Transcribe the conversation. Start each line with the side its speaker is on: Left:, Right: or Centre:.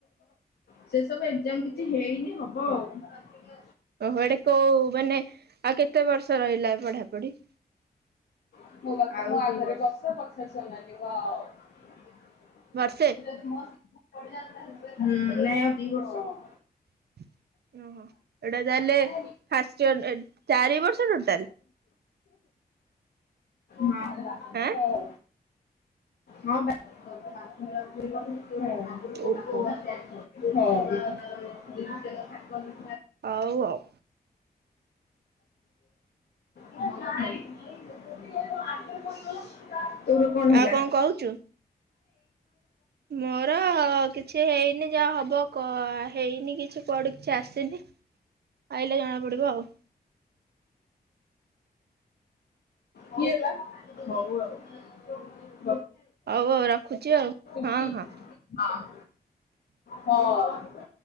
Left: ସେ ସବୁଏକ୍ସଜାମ ହେଇନି ଏ କିଛି ହେଇନି ହବ ଆଉ।
Right: ଓହୋ ଏଡେ କୋଉ ମାନେ ଆଉ କେତେ ବର୍ଷ ରହିଲା ପଢା ପଢି? <inaudible>
Left: <unintelligible> ତୁ ଯଦି ନ ଆସିବୁ କହିଲା
Right: ବର୍ଷେ
Left: ହୁଁ ନାଇଁ ଆଉ ଦି ବର୍ଷ।
Right: <inaudible> ଓହୋ ଏଇଟା ତାହେଲେ
Left: ହଁ।
Right: ଫା ଚାରି ବର୍ଷ ଅଛି ଟୋଟାଲୀ
Left: ହଁ।
Right: ଆଁ
Left: ହଁ। ହଁପା <unintelligible>
Right: ଓହୋ
Left: <unintelligible> ହଁ।
Right: ହଉ ଆଉ
Left: <unintelligible> ତୋର କଣ ହେଲା
Right: ଆଉ କହୁଛୁ? ମୋର କିଛି ହେଇନି ଯାହା ହବ କହେଇନି କିଛି କୁଆଡୁ କିଛି ଆସିନି ଆଇିଲ ଜଣା ପଡିବ ଆଉ
Left: କିଏ ବା ହଉ ଆଉ
Right: ହଉ ଆଉ ରାଖୁଛି ଆଉ
Left: ପ୍ରୀତି।
Right: ହଁ ହଁ
Left: ହଁ। ହଁ।